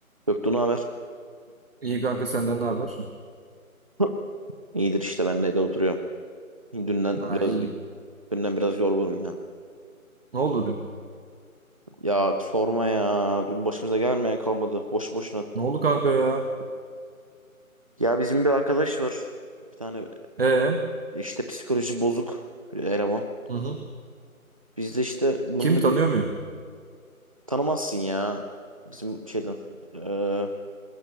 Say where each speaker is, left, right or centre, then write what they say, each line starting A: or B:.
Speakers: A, on the right (about 25°); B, on the right (about 40°).
A: Göktuğ ne haber?
B: İyi kanka senden ne haber?
A: <laughs> İyidir işte ben de oturuyorum. Dünden
B: Ha
A: biraz
B: iyi.
A: dünden biraz yorgunum ya.
B: Ne oldu dün?
A: Ya sorma ya. Dün başımıza gelmeyen kalmadı. Boş boşuna.
B: Ne oldu kanka ya?
A: Ya bizim bir arkadaş var. Bir tane
B: Ee?
A: işte psikoloji bozuk bir eleman.
B: Hı hı.
A: Biz de işte bunu
B: Kim tanıyor
A: gö-
B: muyum?
A: tanımazsın ya. Bizim şeyden eee